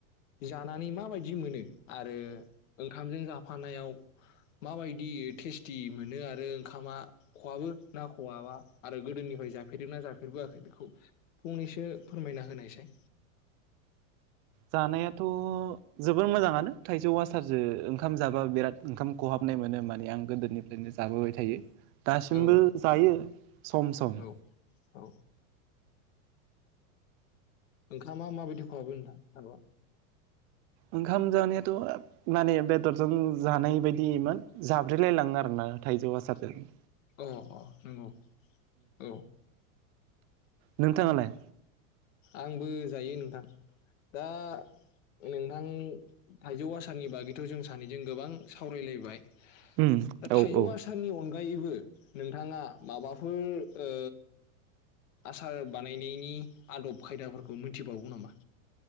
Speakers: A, on the left; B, on the right.
A: जानानै माबायदि मोनो आरो ओंखामजों जाफानायाव माबायदि टेस्टि मोनो आरो ओंखामा खवाबो ना खवाबा आरो गोदोनिफ्राय जाफेरदों ना जाफेरबोआखै बेखौ फंनैसो फोरमायना होनायसाय।
B: जानायाथ' जोबोर मोजाङानो थाइजौवासारजो ओंखाम जाबा बिराद ओंखाम खहाबनाय मोनो माने आं गोदोनिफ्रायनो जाबोबाय थायो। दासिमबो
A: औ
B: जायो
A: औ
B: सम सम।
A: औ औ ओंखामा माबायदि खहाबो नोंथां?
B: ओंखाम जानायाथ' माने बेदरजों जानाय बायदिमोन जाब्रलायलाङो आरोना थाइजौ आसारजों।
A: अ अ नंगौ। औ
B: नोंथाङालाय?
A: आंबो जायो नोंथां। दा नोंथां थाइजौ आसारनि बागैथ' जों सानैजों गोबां सावरायलायबाय।
B: उम
A: दा थाइजौ
B: औ औ
A: आसारनि अन गायैबो नोंथाङा माबाफोर ओ आसार बानायनायनि आदब खायदाफोरखौ मिथिबावो नामा?